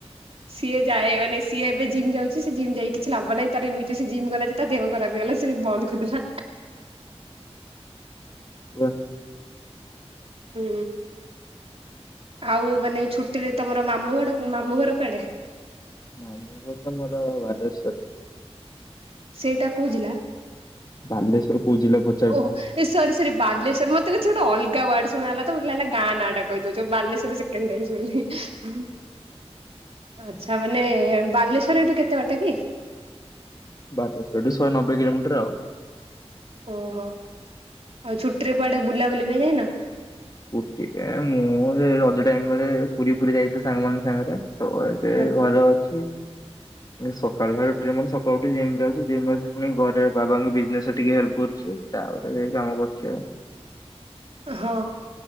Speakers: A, on the right; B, on the left.
A: ସିଏ ଯାଏ ମାନେ ସିଏ ଏବେ ଜିମ୍ ଯାଉଛି, ସେ ଜିମ୍ ଯାଇକି କିଛି ଲାଭ ନାହିଁ। ତାର ଏମିତି ସିଏ ଜିମ୍ ଗଲା ଯେ ତା ଦେହ ଖରାପ ହେଇଗଲା ସେ ବନ୍ଦ କରି ଦେଲା।
B: ହେଲୋ।
A: ହୁଁ ଆଉ ମାନେ ଛୁଟିରେ ତମର ମାମୁଁ ଘର ମାମୁଁ ଘର କୁଆଡେ?
B: ମାମୁଁ ଘରତ ମୋର ବାଲେଶ୍ୱର।
A: ସେଇଟା କୋଉ ଜିଲ୍ଲା?
B: ବାଲେଶ୍ଵର କୋଉ ଜିଲ୍ଲା ପ
A: ଓହୋ। ଏ ସରି ସରି ବାଲେଶ୍ୱର ମତେ କିଛି ଗୋଟ ଅଲଗା ୱାର୍ଡ ଶୁଣା ଗଲା ତ ମୋତେ ଲାଗିଲା ଗାଁ ନାଁ ଟା କହିଦଉଚ ବାଲେଶ୍ୱର ସେ <inaudible> ଶୁଭୁଛି। ଆଚ୍ଛା ମାନେ ବାଲେଶ୍ଵର ଏଠୁ କେତେ ବାଟ କି?
B: ବାଲେ ଏଠୁ ଶହେ ନବେ କିଲୋମିଟର ଆଉ।
A: ଓହୋ ଆଉ ଛୁଟି ରେ କୁଆଡେ ବୁଲାବୁଲି ପାଇଁ ଯାଇନ?
B: ଛୁଟିରେ ମୁଁ ରଜ ଟାଇମରେ ପୁରୀ ଫୁରୀ ଯାଇଥିଲି ସାଙ୍ଗ ମାନଙ୍କ ସାଙ୍ଗରେ ତ ସେ
A: ହଁ
B: ଘରେ ଅଛି। ମୁଁ ସକାଳୁ <unintelligible> ସକାଳୁ ଉଠି ଜିମ୍ ଯାଉଛି ପୁଣି ଘରେ ବାବାଙ୍କ ବିଜନେସ ଟିକେ ହେଲ୍ପ କରୁଛି। ତାପରେ ଯୋଉ କାମ କରୁଚି ଆଉ।
A: ହଁ